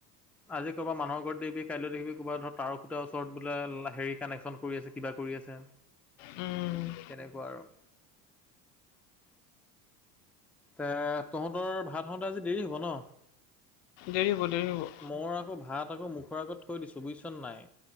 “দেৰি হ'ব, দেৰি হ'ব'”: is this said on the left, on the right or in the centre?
Left